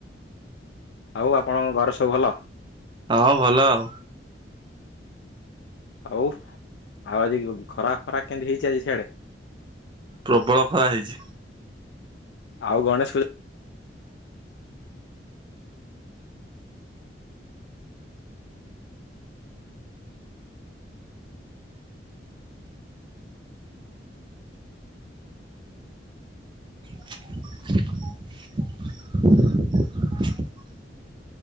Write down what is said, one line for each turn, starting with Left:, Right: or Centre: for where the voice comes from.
Left: ଆଉ ଆପଣଙ୍କ ଘରେ ସବୁ ଭଲ?
Right: ହଁ ଭଲ ଆଉ।
Left: ହଉ ଆଉ ଆଜି ଖରା ଫରା କେମତି ହେଇଛି ଆଜି ସିଆଡେ?
Right: ପ୍ରବଳ ଖରା ହେଇଛି।
Left: ଆଉ ଗଣେଶ ପୂଜା
Right: <inaudible>